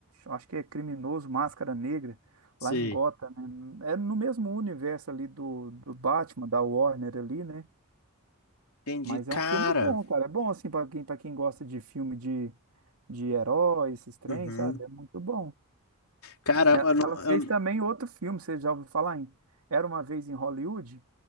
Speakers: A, on the right; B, on the left.
A: acho que é criminoso Máscara Negra,
B: Sei.
A: lá em Gotham, né? É no mesmo universo ali do, do Batman, da Warner ali, né?
B: Entendi.
A: Mas
B: Cara,
A: é um filme bom, cara. É bom, assim, para quem, para quem gosta de filme de, de herói, esses trem,
B: uhum.
A: sabe? É muito bom.
B: Caramba,
A: É,
B: eu não-
A: Ela fez
B: eu-
A: também outro filme, você já ouviu falar em Era Uma Vez em Hollywood?